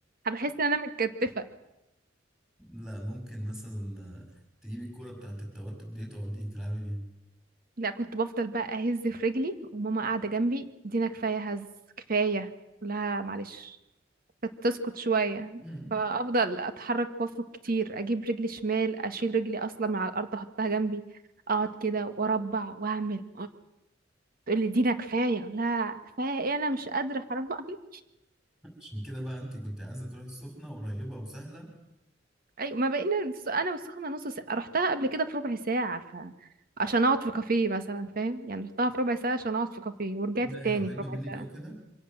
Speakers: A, on the right (about 50°); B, in the centre.
A: بحس ان انا متكتفه
B: لا ممكن مثلا آه، تجيبي الكورة بتاعت التوتر دي تقعدي تلعبي بيها
A: لا كنت بفضل بقى اهز في رجلي وماما قاعده جنبي دينا كفايه هز كفايه لا معلش كانت تسكت شويه
B: مم.
A: فافضل اتحرك وافرك كتير اجيب رجلي شمال اشيل رجلي اصلا من على الارض احطها جنبي اقعد كده واربع واعمل تقول لي دينا كفايه لا كفايه ايه انا مش قادره حرام عليك
B: عشان كده بقى انت كنت عايزة تروحي السخنة قريبة وسهلة
A: ايوه ما بقينا الس- انا والسخنه نص ساعه رحتها قبل كده في ربع ساعه ف عشان اقعد في كافيه مثلا فاهم يعني رحتها في ربع ساعه عشان اقعد في كافيه ورجعت
B: ايه ده
A: التاني
B: هي قريبة
A: في ربع
B: منك
A: ساعه
B: او كده